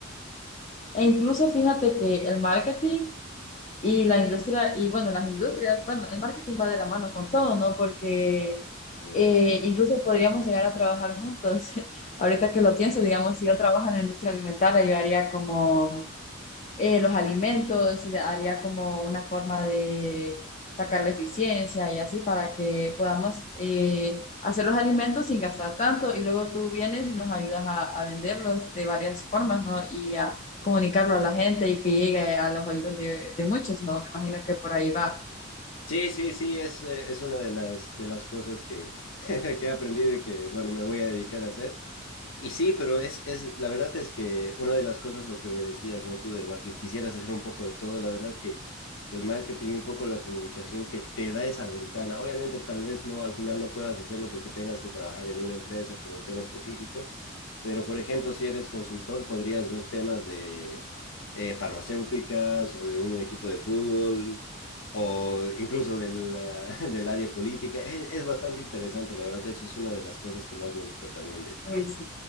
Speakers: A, on the left; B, on the left.
A: E incluso fíjate que el marketing Y la industria, y bueno, las industrias, bueno, el marketing va de la mano con todo, ¿no? Porque
B: Bueno.
A: eh, incluso podríamos llegar a trabajar juntos. <laughs> Ahorita que lo pienso, digamos, si yo trabajo en la industria alimentaria, yo haría como eh, los alimentos y de- haría como una forma de sacar la eficiencia y así para que podamos eh, hacer los alimentos sin gastar tanto y luego tú vienes y nos ayudas a, a venderlos de varias formas, ¿no? Y a comunicarlo a la gente y que llegue a los oídos de, de muchos, ¿no? Me imagino que por ahí va.
B: Sí, sí, sí, es, eh, es una de las, de las cosas que, <laughs> que he aprendido y que, bueno, me voy a dedicar a hacer. Y sí, pero es, es, la verdad es que una de las cosas, lo que me decías, ¿no? Tú del mar, que quisieras hacer un poco de todo, la verdad que, que el marketing y un poco la comunicación que te da esa ventana. Obviamente, tal vez no, al final no puedas hacerlo porque tengas que trabajar en una empresa con un tema específico, pero por ejemplo, si eres consultor, podrías ver temas de eh, farmacéuticas o de un equipo de fútbol, o incluso del, ah, <laughs> del área política. Es, es bastante interesante, la verdad, eso es una de las cosas que más me gusta también de...
A: Uy, sí,